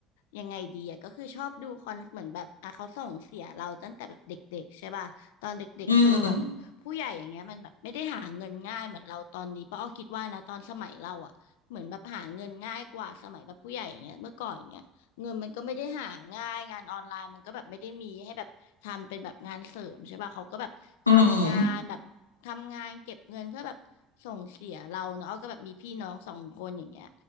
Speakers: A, on the left; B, on the left.
A: ยังไงดีอะก็คือชอบดูคอนเหมือนแบบอ่ะเขาส่งเสียเราตั้งแต่แบบเด็กๆใช่ป่ะตอนเด็กๆเออแบบผู้ใหญ่อย่างเงี้ยมันแบบไม่ได้หาเงินง่ายเหมือนเราตอนนี้เพราะอ้อคิดว่านะตอนสมัยเราอะเหมือนแบบหาเงินง่ายกว่าสมัยแบบผู้ใหญ่อย่างเงี้ยเมื่อก่อนอย่างเงี้ย
B: อืม
A: เงินมันก็ไม่ได้หาง่ายงานออนไลน์มันก็แบบไม่ได้มีให้แบบทำเป็นแบบงานเสริมใช่ป่ะเขาก็แบบทำงานแบบทำงานเก็บเงินเพื่อแบบส่งเสียเราเนาะอ้อก็แบบมีพี่น้องสองคนอย่างเงี้ย
B: อืม